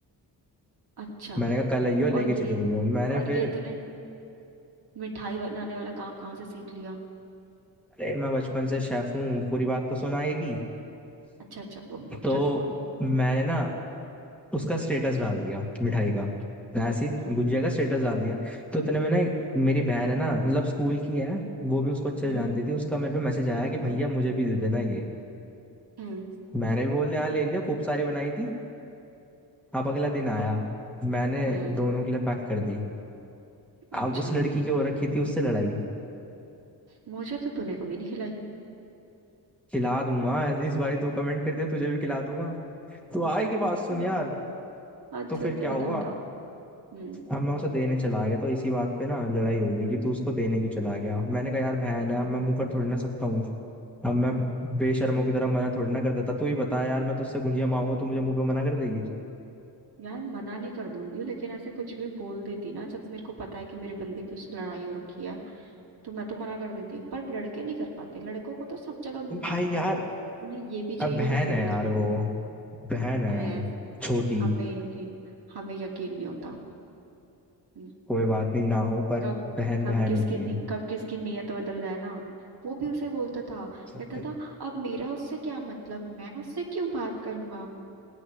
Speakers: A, on the right; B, in the centre.
A: अच्छा
B: मैंने कहा कल आइयो लेके
A: और
B: चली
A: ये
B: गई हो मैंने
A: और
B: फिर
A: ये तूने मिठाई बनाने वाला काम कहाँ से सीख लिया
B: अरे मैं बचपन से शेफ हूँ पूरी बात तो सुना आगे की
A: अच्छा अच्छा बोल बोल
B: तो
A: जल्दी बोल
B: मैंने ना उसका स्टेटस डाल दिया मिठाई का मैं ऐसे ही
A: हम्म
B: गुजिया का स्टेटस डाल दिया तो इतने में ना मेरी बहन है ना मतलब स्कूल की है वो भी उसको अच्छे
A: हम्म
B: से जानती थी उसका मेरे पे मैसेज आया कि भैया
A: हम्म
B: मुझे भी दे देना ये
A: हम्म
B: मैंने भी बोल दिया हाँ ले लिया खूब सारी बनाई थी अब अगला दिन आया मैंने
A: हम्म
B: दोनों के लिए पैक कर दी
A: अच्छा
B: अब उस लड़की की हो रखी थी उससे लड़ाई
A: मुझे तो तूने कभी नहीं खिलाई
B: खिला दूंगा इस बारी तू कमेंट कर दिया तुझे भी खिला दूंगा तू आए की बात
A: हम्म,
B: सुन यार
A: अच्छा
B: तो फिर
A: अच्छा
B: क्या
A: बता
B: हुआ
A: बता हम्म
B: अब मैं उसे देने चला गया तो इसी बात पे ना लड़ाई हो गई कि तू उसको देने क्यों चला गया मैंने कहा यार बहन है अब मैं मुंह कर थोड़ी ना सकता हूँ अब मैं बेशर्मों की तरह मना थोड़ी ना कर देता तू ही बता यार मैं तुझसे गुंजिया मांगूंगा तू मुझे मुंह पे मना कर देगी
A: यार मना नहीं कर दूंगी लेकिन ऐसे कुछ भी बोल देती ना जब मेरे को पता है कि मेरे बंदे की उससे लड़ाई हो रखी है तो मैं तो मना कर देती पर लड़के नहीं कर पाते लड़कों को तो सब जगह मुंह
B: भाई
A: मारना
B: यार
A: है उन्हें ये भी चाहिए
B: अब बहन
A: उन्हें वो
B: है यार
A: भी चाहिए
B: वो बहन है
A: अरे
B: यार
A: ऐसे
B: छोटी
A: हमें यकीन हमें यकीन नहीं होता हम्म,
B: कोई बात नहीं ना हो पर
A: कब
B: बहन
A: कब
B: बहन
A: किसकी
B: होती
A: नी-
B: है
A: कब किसकी नीयत बदल जाए ना वो भी उसे बोलता था
B: <laughs>
A: कहता था अब मेरा उससे क्या मतलब मैं उससे क्यों बात करूंगा